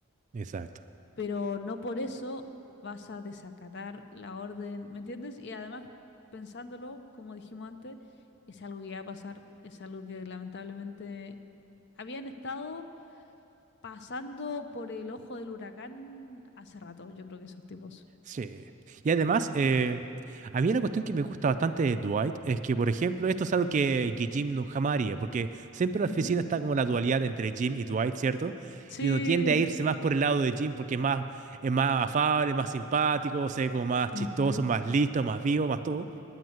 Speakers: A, on the right (about 35°); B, on the left (about 55°).
A: Exacto.
B: Pero no por eso vas a desacatar la orden, ¿me entiendes? Y además, pensándolo, como dijimos antes, es algo que va a pasar, es algo que lamentablemente habían estado pasando por el ojo del huracán hace rato, yo creo que esos tipos.
A: Sí. Y además, eh, a mí una cuestión que me gusta bastante de Dwight es que, por ejemplo, esto es algo que, que Jim no jamás haría, porque siempre en la oficina
B: Ujú.
A: está como la dualidad entre Jim y Dwight, ¿cierto?
B: Sí,
A: Y uno tiende a irse más por el lado de Jim porque es más, es más afable, más simpático, o sea, como más
B: ujú,
A: chistoso, más listo, más vivo, más todo.